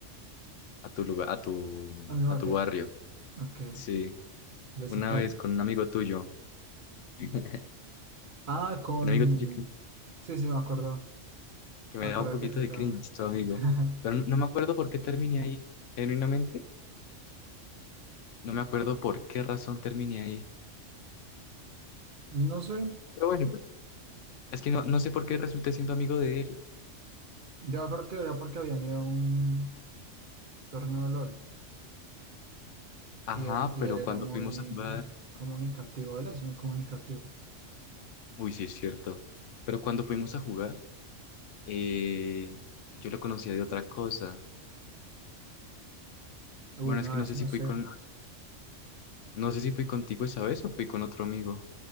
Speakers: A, on the left (about 75°); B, on the right (about 50°).
A: a tu lugar, a tu,
B: A mi barrio,
A: a tu barrio.
B: ok,
A: Sí,
B: vecindario.
A: una vez con un amigo tuyo, <laughs> un
B: Ah, con...
A: amigo tuyo que,
B: Sí, sí, me acuerdo.
A: que
B: Me
A: me
B: acuerdo
A: daba un poquito
B: que él jugaba.
A: de cringe, tu amigo.
B: <laughs>
A: Pero no, no me acuerdo por qué terminé ahí, genuinamente, no me acuerdo por qué razón terminé ahí.
B: No sé,
A: Pero bueno, es que no, no sé por qué resulté siendo amigo de él.
B: yo creo que era porque habían ido a un torneo de LOL
A: Ajá,
B: y él, y
A: pero
B: él era
A: cuando
B: muy
A: fuimos a jugar,
B: comunicativo, él es muy comunicativo.
A: uy, sí es cierto, pero cuando fuimos a jugar, eh, yo lo conocía de otra cosa.
B: Uy,
A: Bueno,
B: no,
A: es que no
B: eso
A: sé si
B: no
A: fui
B: sé.
A: con, no sé si fui contigo esa vez o fui con otro amigo.